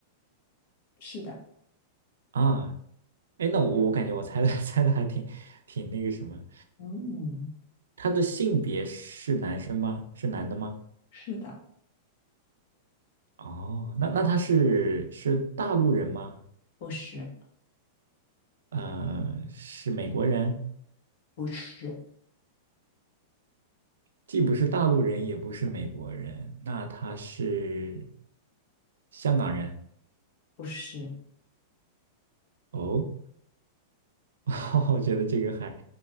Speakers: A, on the left (about 60°); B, on the right (about 80°).
A: 是的，
B: 啊，哎，那我我感觉我猜的 <laughs> 猜的还挺挺那个什么，
A: 嗯，
B: 他的性别是男生吗？是男的吗？
A: 是的，
B: 哦，那那他是是大陆人吗？
A: 不是，
B: 呃，是美国人，
A: 不是，
B: 既不是大陆人，也不是美国人，那他是香港人
A: 不是，
B: 哦，<laughs> 我觉得这个还